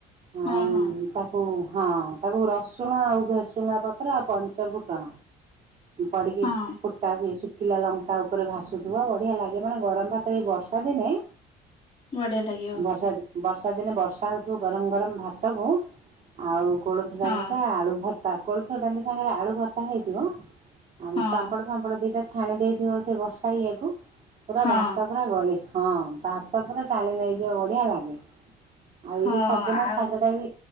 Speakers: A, on the right; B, on the left.
A: ଆଉ
B: ହଁ ହଁ।
A: ତାକୁ ହଁ ତାକୁ ରସ ଫୁଟୁଣ ଆଉ ଭେରସୁଙ୍ଗା ପତ୍ର ଆଉ ପଞ୍ଚ ଫୁଟଣ ପଡିକି
B: ହଁ
A: ଫୁ ଟା ହୁଏ ଶୁଖିଲା ଲଙ୍କା ଉପରେ ଭାସୁଥିବ ବଢିଆ ଲାଗେ ମାନେ ଗରମ ଭାତରେ ଏ ବର୍ଷା ଦିନେ
B: ବଢିଆ ଲାଗିବ
A: ବର୍ଷା ବର୍ଷା ଦିନେ ବର୍ଷା ହଉଥିବ ଗରମ ଗରମ ଭାତ କୁ ଆଉ କୋଳଥ ଡାଲି
B: ହଁ
A: ଟା ଆଳୁ ଭର୍ତ୍ତା କୋଳଥ ଡାଲି ସାଙ୍ଗରେ ଆଳୁ ଭର୍ତ୍ତା ହେଇଥିବ। ଆଉ
B: ହଁ
A: ପାମ୍ପଡ ଫାମ୍ପଡ ଦିଟା ଛାଣି ଦେଇଥିବ ସେ ବର୍ଷା ଇଏକୁ ପୁରା
B: ହଁ।
A: ଭାତ ପୁରା ଗଳି ହଁ ଭାତ ପୁରା ଟାଣି ନେଇଯିବ ବଢିଆ ଲାଗେ। ଆଉ ଏଇ
B: ହଁ
A: ଯୋଉ ସଜନା
B: ଆଉ
A: ଶାଗ ଟା ବି